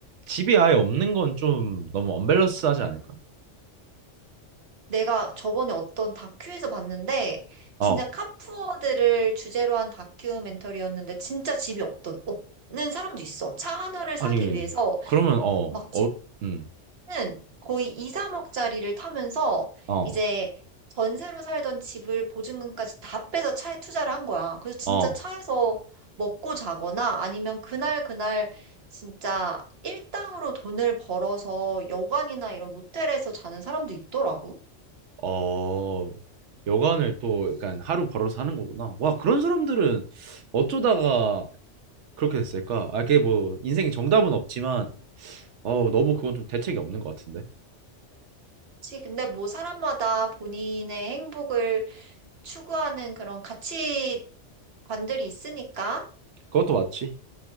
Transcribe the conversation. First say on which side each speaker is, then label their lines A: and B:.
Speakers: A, on the right; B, on the right.
A: 집이 아예 없는 건 좀 너무 언밸런스하지 않을까?
B: 내가 저번에 어떤 다큐에서 봤는데
A: 어,
B: 진짜 카푸어들을 주제로 한 다큐멘터리였는데 진짜 집이 없던 없는 사람도 있어. 차 하나를 사기
A: 아니,
B: 위해서
A: 그러면 어,
B: 막
A: 어, 음,
B: 는 거의 2, 3억짜리를 타면서
A: 어,
B: 이제 전세로 살던 집을 보증금까지 다 빼서 차에 투자를 한 거야. 그래서 진짜
A: 어,
B: 차에서 먹고 자거나 아니면 그날 그날 진짜 일당으로 돈을 벌어서 여관이나 이런 모텔에서 자는 사람도 있더라고.
A: 어, 여간을 또 약간 하루 벌어서 하는 거구나. 와, 그런 사람들은 어쩌다가 그렇게 됐을까? 아, 그게 뭐 인생의 정답은 없지만 어, 너무 그건 좀 대책이 없는 것 같은데.
B: 그치? 근데 뭐 사람마다 본인의 행복을 추구하는 그런 가치관들이 있으니까.
A: 그것도 맞지.